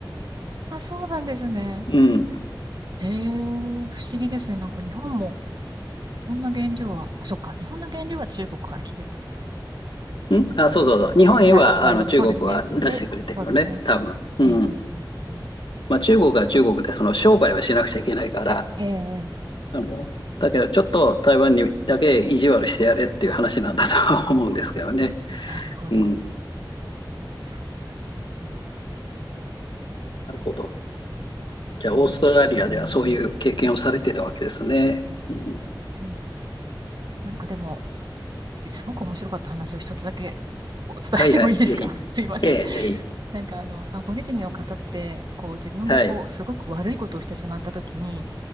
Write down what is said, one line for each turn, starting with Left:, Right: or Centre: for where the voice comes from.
Right: あ、そうなんですね。
Left: うん。
Right: ええ不思議ですね。なんか日本も、日本の原料は、あ、そっか、日本の原料は中国から来てるん
Left: んあ、
Right: ですかね。
Left: そうそうそう。日本へは、
Right: なるほど、なるほど、
Left: あの、中国は出してくれてるのね、
Right: そうですね。で、そうですね。
Left: 多分。うん。
Right: ええええなるほど。
Left: まあ、中国は中国で、その商売はしなくちゃいけないから、
Right: ええ
Left: あの、だけどちょっと台湾にだけ意地悪してやれっていう話なんだとは思うんですけどね。
Right: なるほど。
Left: うん、
Right: そう、うん、
Left: なるほど。じゃあ、オーストラリアではそういう経験をされてたわけですね。うん、
Right: そう、なんかでも、すごく面白かった話を一つだけお伝えしてもいいですか
Left: はいはい、ぜひ。
Right: <laughs> すいません。
Left: ええ、ぜひ。
Right: なんかあの、アボリジニの方って、こう自分がこう、
Left: はい、
Right: すごく悪いことをしてしまった時に、